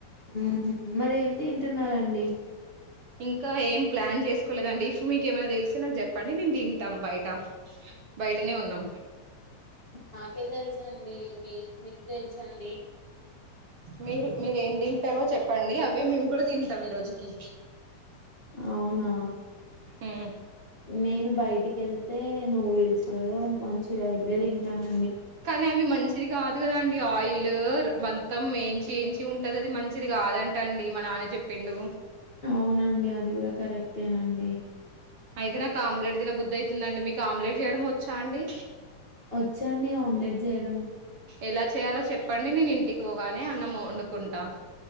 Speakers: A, on the left (about 55°); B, on the right (about 60°).
A: ఉహు మరీ ఏమి తింటున్నారండి
B: ఇంకా ఏం ప్లాన్ చేసుకోలేదండి ఇఫ్ మీక ఏమైనా తెలిసే నాకు చెప్పండి నేను తింటాం బయట బయటనే ఉన్నాం
A: నాకేం తెలుసండి మీ మీకు తెలుసు డి
B: మీరు మీరు ఏం తింటారో చెప్పండి అవి మేము కూడా తింటాం ఈ రోజుకి
A: అవునా
B: ఉమ్,
A: నేను బయ టికి వెళ్తే నూడిల్స్ మంచిగా ఇవే తింటాను
B: కానీ అవి మంచిది కాదు కదాండి ఆయిల్ మొత్తం వేంచి వేంచి ఉన్ అంటది అది మంచిది కాదంట అండి మా నాన్న చెప్పిండు
A: అవునండి అది కూడా కరెక్టేనండి
B: అయితే నాకు ఆమ్లేట్ తినబుద్ది అవుతుందండి మీకు ఆమ్లేట్ చేయడం వచ్చా అండి
A: వచ్చండి ఆమ్లెట్ చేయడం
B: ఎలా చేయాలో చెప్పండి నేను ఇంటికి పోగానే అన్నం వండుకుంటా